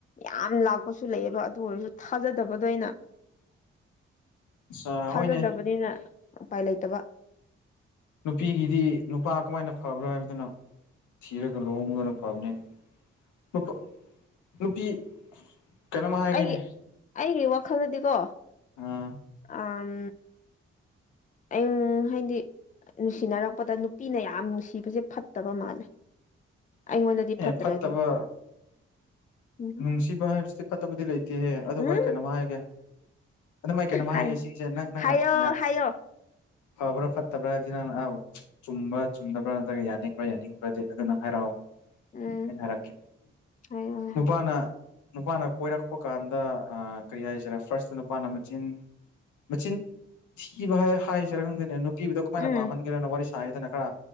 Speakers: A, on the left; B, on the left.
A: ꯌꯥꯝ ꯂꯥꯛꯄꯁꯨ ꯂꯩꯌꯦꯕ ꯑꯗꯨ ꯑꯣꯏꯔꯁꯨ ꯊꯥꯖꯗꯕꯗꯣ ꯑꯩꯅ
B: ꯑ
A: ꯊꯥꯖꯗꯕꯅꯤꯅ
B: ꯍꯣꯏꯅꯦ
A: ꯎꯄꯥꯏ ꯂꯩꯇꯕ
B: ꯅꯨꯄꯤꯒꯤꯗꯤ ꯅꯨꯄꯥ ꯀꯃꯥꯏꯅ ꯐꯕ꯭ꯔꯥ ꯍꯥꯏꯕꯗꯨꯅ ꯊꯤꯔꯒ ꯂꯨꯍꯣꯡꯕꯅ ꯐꯕꯅꯦ ꯅꯨꯄꯥ ꯅꯨꯄꯤ ꯀꯩꯅꯣꯝ ꯍꯥꯏꯒꯦꯅꯦ
A: ꯑꯩꯒꯤ ꯑꯩꯒꯤ ꯋꯥꯈꯜꯗꯗꯤꯀꯣ
B: ꯑ
A: ꯑꯝ ꯎꯝ ꯑꯪ ꯍꯥꯏꯗꯤ ꯑ ꯅꯨꯡꯁꯤꯅꯔꯛꯄꯗ ꯅꯨꯄꯤꯅ ꯌꯥꯝ ꯅꯨꯡꯁꯤꯕꯁꯦ ꯐꯠꯇꯕ ꯃꯥꯜꯂꯦ ꯑꯩꯉꯣꯟꯗꯗꯤ
B: ꯑꯦ
A: ꯐꯠꯇ꯭ꯔꯦ
B: ꯐꯠꯇꯕ
A: ꯑꯗꯨ ꯎꯝ
B: ꯅꯨꯡꯁꯤꯕ ꯍꯥꯏꯕꯁꯤꯗꯤ ꯐꯠꯇꯕꯗꯤ ꯂꯩꯇꯦꯍꯦ ꯑꯗꯨꯕꯨ
A: ꯎꯝ
B: ꯑꯩ ꯀꯩꯅꯣꯝꯃ ꯍꯥꯏꯒꯦ ꯑꯗꯨꯝ ꯑꯩ ꯀꯩꯅꯣꯝꯃ
A: ꯍꯥꯏ
B: ꯍꯥꯏꯒꯦ ꯁꯤꯒꯤꯁꯦ ꯅꯪ ꯅꯪꯅ
A: ꯍꯥꯏꯌꯣ
B: ꯌꯥ
A: ꯍꯥꯏꯌꯣ
B: ꯐꯕ꯭ꯔꯥ ꯐꯠꯇꯕ꯭ꯔꯥ ꯍꯥꯏꯕꯁꯤꯅ ꯅꯪꯅ ꯑꯧ ꯆꯨꯝꯕ꯭ꯔꯥ ꯆꯨꯝꯗꯕ꯭ꯔꯥ ꯅꯠꯇ꯭ꯔꯒ ꯌꯥꯅꯤꯡꯕ꯭ꯔꯥ ꯌꯥꯅꯤꯡꯕ꯭ꯔꯥꯗꯤ ꯑꯗꯨ ꯅꯪ ꯍꯥꯏꯔꯛꯑꯣ
A: ꯎꯝ
B: ꯑꯩꯅ ꯍꯥꯢꯔꯛꯀꯦ
A: ꯍꯥꯏꯌꯣ
B: ꯍꯝ ꯅꯨꯄꯥꯅ ꯅꯨꯄꯥꯅ ꯀꯣꯏꯔꯛꯄ ꯀꯥꯟꯗ ꯑ ꯀꯩ ꯍꯥꯏꯁꯦꯔ ꯐꯥꯔꯁꯇ ꯅꯨꯄꯥꯅ ꯃꯆꯤꯟ ꯃꯆꯤꯟ ꯊꯤꯕ ꯍꯥꯏ ꯍꯥꯏꯖꯦꯔ ꯈꯪꯗꯦꯅꯦ ꯅꯨꯞ ꯀꯤꯕꯗꯣ ꯀꯃꯥꯏꯅ
A: ꯎꯝ
B: ꯄꯥꯝꯃꯟꯒꯦꯔꯅ ꯋꯥꯔꯤ ꯁꯥꯏꯌꯦꯗꯅ ꯈꯔ